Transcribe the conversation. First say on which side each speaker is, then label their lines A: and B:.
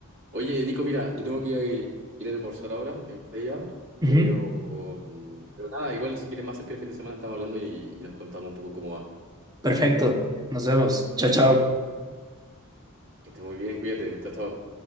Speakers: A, on the right; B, on the right.
A: Oye, Nico, mira, yo tengo que ir a, almorzar ahora en Botella,
B: Ujú,
A: pero, mm, pero nada, igual si quieres más cerca el fin de semana estamos hablando y, y nos contamos un poco cómo va.
B: Perfecto, nos vemos. Chao, chao.
A: Que estés muy bien, cuídate, chao, chao.